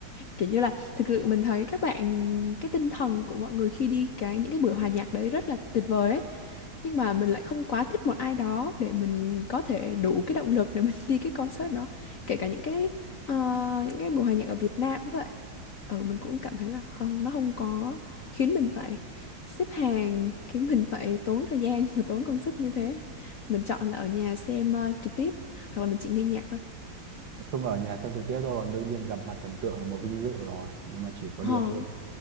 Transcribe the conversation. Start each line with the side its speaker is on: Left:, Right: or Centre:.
Left: kiểu như là thực sự mình thấy các bạn cái tinh thần của mọi người khi đi cái những cái buổi hòa nhạc đấy rất là tuyệt vời ấy nhưng mà mình lại không quá thích một ai đó để mình có thể đủ cái động lực để mình <laughs> đi cái concert đó kể cả những cái ờ, những cái buổi hòa nhạc ở Việt Nam cũng vậy ừ mình cũng cảm thấy là không nó không có khiến mình phải xếp hàng khiến mình phải tốn thời gian và tốn công sức như thế mình chọn là ở nhà xem ờ, trực tiếp hoặc là mình chỉ nghe nhạc thôi
Right: nói chung là ở nhà xem trực tiếp thôi còn đương nhiên gặp mặt thần tượng là một vinh dự rồi nhưng mà chỉ có
Left: ờ
Right: điều thôi